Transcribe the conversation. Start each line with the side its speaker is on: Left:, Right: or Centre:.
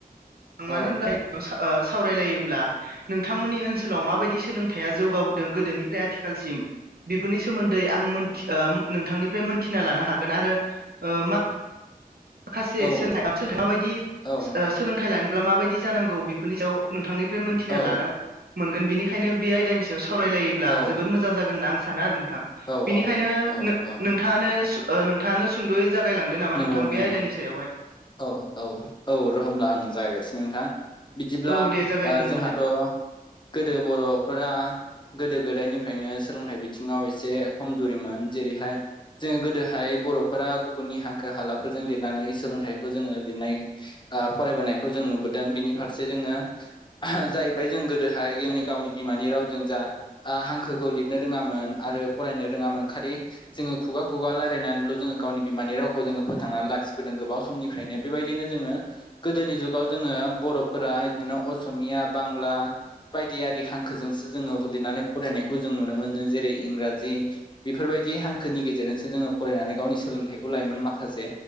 Right: मानो
Left: औ
Right: होनब्ला सावरायलायोब्ला नोंथांमोननि ओनसोलाव माबायदि सोलोंथाया जौगाबो दों गोदोनिफ्राय आथिलसिम बेफोरनि सोमोन्दै आं मोनथि ओ नोंथांनिफ्राय मोनथिना लानो हा गोन आरो ओ मा माखासे
Left: औ
Right: <unintelligible> माबायदि
Left: औ
Right: सोलोंथाइ लानो ब्ला माबायदि जानांगौ बेफोरनि सायाव नोंथांनिफ्राय मोनथिना
Left: औ
Right: लानो मोनगोन बेनिखायनो बे आयदानि सायाव सावरायलायो ब्ला
Left: औ
Right: जोबोर मोजां जागोन होनना आं सानो आरो नोंथां
Left: औ
Right: बेनिखायनो
Left: औ
Right: नो
Left: औ
Right: नोंथाङानो ओ नोंथाङानो सुद'यै जागायलांदो नामा
Left: नंगौ
Right: नोंथां बे
Left: नंगौ
Right: आयदानि सायावहाय
Left: औ औ औ र होमब्ला आंनो जागायग्रोसै नोंथां बिदिब्ला
Right: औ दे जागायग्रो
Left: ओ‌ जोंहाथ'
Right: होमबालाय
Left: गोदो बर'फोरा गोदो गोदायनिफ्रायनो सोलोंथाइ बि बिथिङाव एसे खमजुरिमोन जेरैहाय जोङो गोदोहाय बर'फोरा गुबुननि हांखो हालाफोरजों लिरनानै सोलोंथाइ खौ जोङो लिरनाय फरायबोनायखौ जों नुबोदों बिनि फारसे जोङो जाहैबाय जों गोदोहाय जोंनि गावनि बिमानि रावजों जा आं हांखोखौ लिरनो रोङामोन आरो फरायनो रोङामोन खालि जोङो खुगा खुगा रायलायनानैल' जोङो गावनि बिमानि रावखौ जोङो फोथांनानै लाखिबोदों गोबाव समनि फ्रायनो बेबायदिनो जोङो गोदोनि जुगाव जोङो बर'फोरा बिदिनो असमिया बांला बायदियारि हांखोजोंसो जोङो लिरनानै फरायनायखौ जों नुनो मोनो जेरै इंराजि बेफोरबायदि हांखोनि गेजेरजोंसो जोङो फरायनानै गावनि सोलोंथाइखौ लायोमोन माखासे